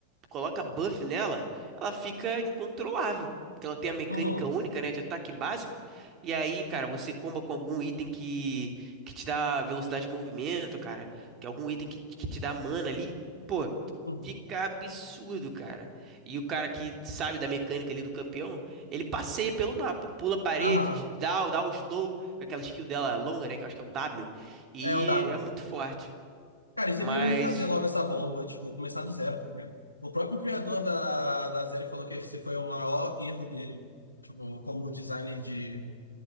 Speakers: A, on the right (about 35°); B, on the left (about 85°).
A: coloca buff nela, ela fica incontrolável. Porque ela tem a mecânica
B: Uhum.
A: única, né, de ataque básico. E aí, cara, você comba com algum item que, que te dá velocidade de movimento, cara. Que algum item que, que te dá mana ali. Pô,
B: Uhum.
A: fica absurdo, cara. E o cara que sabe da mecânica ali do campeão, ele passeia pelo mapa. Pula paredes,
B: Aham.
A: dá, dá o slow, com aquela skill dela longa, né, que eu acho que é o W. E
B: É o W.
A: é muito forte.
B: Cara, eles
A: Mas,
B: deveriam refazer logo essa bomba, tipo, começar do zero, tá vendo? O próprio criador da, da série falou que esse foi o maior erro dele, tipo, como designer de,